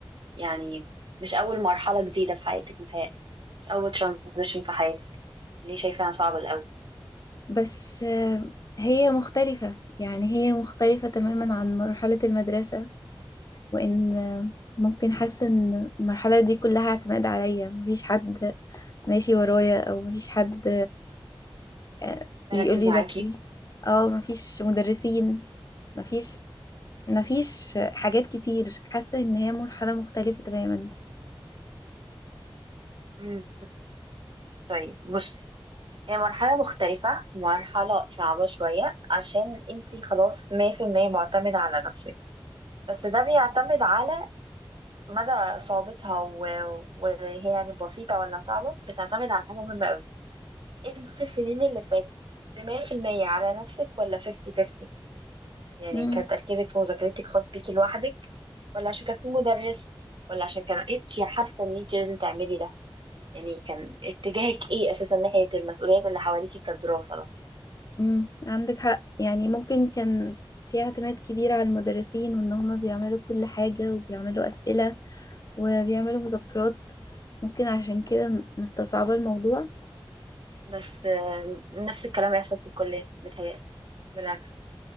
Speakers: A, on the right; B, on the left.
A: يعني مش اول مرحله جديده في حياتك متهيألي مش اول ترانزيشن في حياتك ليه شايفاها صعبه الاول
B: بس آه، هي مختلفه يعني هي مختلفه تماما عن مرحله المدرسه وان آه، ممكن حاسه ان المرحله دي كلها اعتماد عليا مفيش حد ماشي ورايا او مفيش حد آه،
A: بركز
B: يقول لي
A: معاكي
B: ذاكري او مفيش مدرسين مفيش مفيش حاجات كتير حاسة ان هي مرحلة مختلفة تماما
A: أمم، طيب بصي هي مرحله مختلفه مرحله صعبه شويه عشان انت خلاص 100% معتمده على نفسك بس ده بيعتمد على مدى صعوبتها و- وهي يعني بسيطة ولا صعبة بتعتمد على حاجة مهمة أوي انت السنين اللي فاتت كنت 100% على نفسك ولا 50 50 يعني
B: امم
A: كان تركيزك في مذاكرتك خاص بيكي لوحدك ولا عشان كان في مدرس ولا عشان كان انت حاسه ان انت لازم تعملي ده يعني كان اتجاهك ايه اساسا ناحيه المسؤوليات اللي حواليكي كدراسه بس
B: امم عندك حق يعني ممكن كان في اعتماد كبير على المدرسين وان هما بيعملوا كل حاجة وبيعملوا أسئلة وبيعملوا مذكرات ممكن عشان كده مستصعبة الموضوع
A: بس آم، نفس الكلام هيحصل في الكليه متهيألي بالعكس